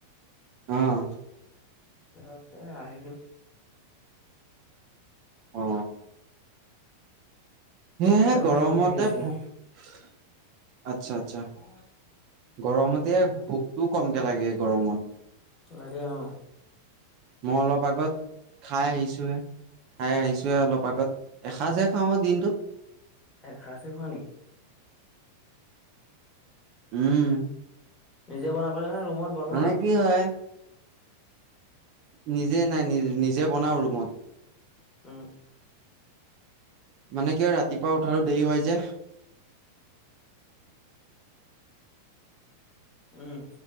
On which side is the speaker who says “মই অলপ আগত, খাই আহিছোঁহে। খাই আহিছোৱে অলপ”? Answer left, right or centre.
Right